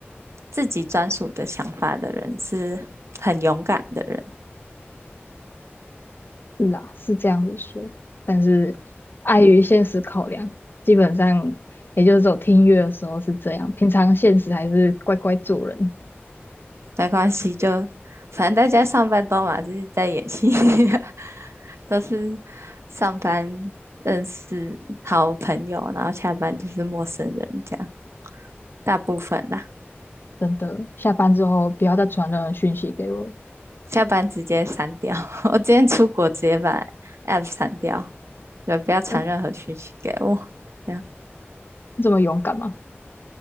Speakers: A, on the right; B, on the left.
A: 自己专属的想法的人是很勇敢的人，
B: 是啊，是这样子说，但是碍于现实考量，基本上也就是走听音乐的时候是这样，平常现实还是乖乖做人。
A: 没关系，就反正大家上班都嘛，就是在演戏，<laughs> 都是上班认识好朋友，然后下班就是陌生人这样，大部分啦，
B: 真的，下班之后不要再传任何讯息给我。
A: 下班直接删掉。<laughs> 我今天出国直接把 app 删掉，就不要传任何讯息给我，
B: 嗯，
A: 这样
B: 这么勇敢吗？